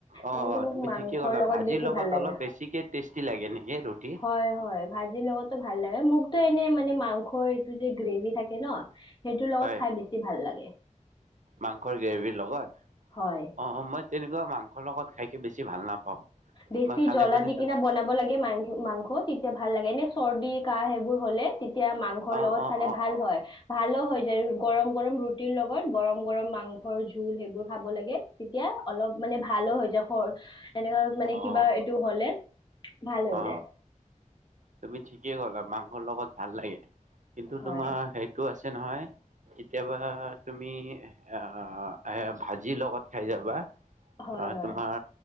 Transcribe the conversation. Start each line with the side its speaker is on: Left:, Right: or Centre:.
Right: অ
Left: এনে
Right: অ
Left: টো মোক
Right: তুমি
Left: মাংসৰ
Right: ঠিকেই ক'লা
Left: লগত
Right: ভাজিৰ
Left: বেছি ভাল লাগে,
Right: অলপ বেছিকে টেষ্টি লাগে নেকি ৰুটি
Left: হয় হয় ভাজিৰ লগতো ভাল লাগে মোক টে এনে মানে মাংসৰ এইটো যে গ্ৰেভি থাকে ন সেইটোৰ লগত
Right: হয়
Left: খাই বেছি ভাল লাগে।
Right: মাংসৰ গ্ৰেভিৰ লগত
Left: হয়।
Right: অ মই তেনেকুৱা মাংসৰ লগত খাইকৈ বেছি ভাল নাপাওঁ
Left: বেছি
Right: মই খালে
Left: জ্বলা
Right: মানে
Left: দি কিনা বনাব লাগে মাং মাংস তেতিয়া ভাল লাগে এনে চৰ্দি কাহ সেইবোৰ হলে তেতিয়া মাংসৰ
Right: অ',
Left: লগত
Right: অ',
Left: খালে
Right: অ',
Left: ভাল
Right: অ',
Left: হয় ভালো হয় যায় গৰম গৰম ৰুটিৰ লগত গৰম গৰম মাংসৰ জোল সেইবোৰ খাব লাগে তেতিয়া অলপ মানে ভ ভালো হৈ যায় খৰ এনেকুৱা মানে
Right: অ',
Left: কিবা এইটো হ'লে ভাল হৈ
Right: অ
Left: যায়
Right: তুমি ঠিকেই গ'লা মাকং আৰ লগত ভাল লাগে কিন্তু
Left: হয়
Right: তোমাৰ সেইটো আছে নহয় কেতিয়াবা তুমি আহ এ ভাজিৰ লগত খাই যাবা
Left: হয়
Right: অ
Left: হয়
Right: তোমাৰ